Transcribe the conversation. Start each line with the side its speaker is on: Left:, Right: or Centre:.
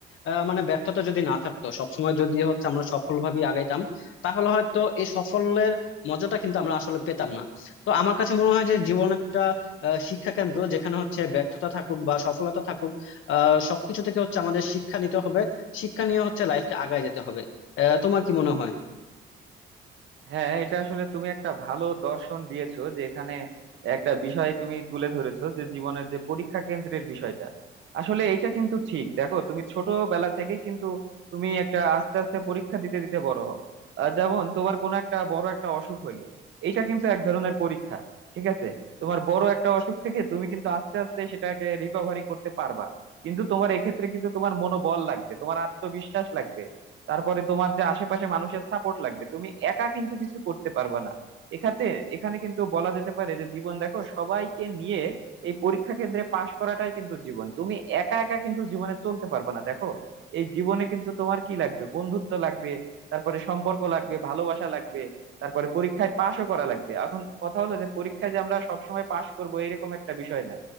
Left: আহ, মানে ব্যর্থতা যদি না থাকতো সবসময় যদি হচ্ছে আমরা সফলভাবে আগাইতাম তাহলে হয়তো এই সফলের মজাটা কিন্তু আমরা আসলে পেতাম না তো আমার কাছে মনে হয় যে জীবন একটা আহ, শিক্ষা কেন্দ্র যেখানে হচ্ছে ব্যর্থতা থাকুক বা সফলতা থাকুক আহ সবকিছু থেকে হচ্ছে আমাদের শিক্ষা নিতে হবে শিক্ষা নিয়ে হচ্ছে লাইফকে আগায় যেতে হবে আহ তোমার কি মনে হয়
Right: হ্যাঁ এটা আসলে তুমি একটা ভালো দর্শন দিয়েছো যে এখানে একটা বিষয় তুমি তুলে ধরেছো যে জীবনের যে পরীক্ষা কেন্দ্রের বিষয়টা আসলে এটা কিন্তু ঠিক দেখো তুমি ছোটবেলা থেকে কিন্তু তুমি একটা আস্তে আস্তে পরীক্ষা দিতে দিতে বড় হও আহ, যেমন তোমার কোনো একটা বড় একটা অসুখ হইলো এটা কিন্তু এক ধরনের পরীক্ষা ঠিক আছে তোমার বড় একটা অসুখ থেকে তুমি কিন্তু আস্তে আস্তে সেটাকে রিকভারি করতে পারবা কিন্তু তোমার এক্ষেত্রে কিন্তু তোমার মনোবল লাগবে তোমার আত্মবিশ্বাস লাগবে তারপরে তোমার যে আশেপাশে মানুষের সাপোর্ট লাগবে তুমি একা কিন্তু কিছু করতে পারবা না এখাতে এখানে কিন্তু বলা যেতে পারে যে জীবন দেখো সবাইকে নিয়ে এই পরীক্ষা কেন্দ্রে পাশ করাটাই কিন্তু জীবন তুমি একা একা কিন্তু জীবনে চলতে পারবা না দেখো এই জীবনে কিন্তু তোমার কি লাগবে বন্ধুত্ব লাগবে তারপরে সম্পর্ক লাগবে ভালোবাসা লাগবে তারপরে পরীক্ষায় পাশও করা লাগবে এখন কথা হলো যে পরীক্ষায় যে আমরা সবসময় পাশ করবো এরকম একটা বিষয় না